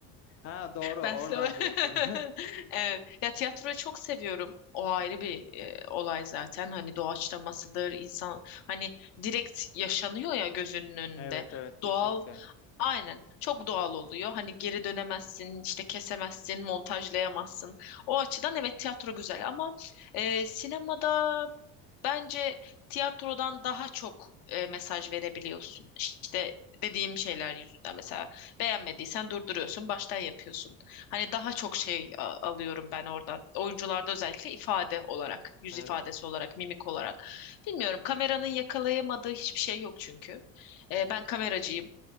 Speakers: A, on the left (about 40°); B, on the left (about 65°).
A: Ha doğru oradan
B: Ben size... <laughs>
A: diyorsun. <laughs>
B: Evet. Ya tiyatroyu çok seviyorum. O ayrı bir e, olay zaten. Hani doğaçlamasıdır, insan hani direkt yaşanıyor ya gözünün önünde.
A: Evet evet kesinlikle.
B: Doğal Aynen. Çok doğal oluyor. Hani geri dönemezsin, işte kesemezsin, montajlayamazsın. O açıdan evet tiyatro güzel ama e, sinemada Bence tiyatrodan daha çok e, mesaj verebiliyorsun. İşte dediğim şeyler yüzünden mesela beğenmediysen durduruyorsun, baştan yapıyorsun. Hani daha çok şey a- alıyorum ben oradan. Oyuncularda özellikle ifade olarak, yüz
A: Evet.
B: ifadesi olarak, mimik olarak. Bilmiyorum kameranın yakalayamadığı hiçbir şey yok çünkü. E, ben kameracıyım.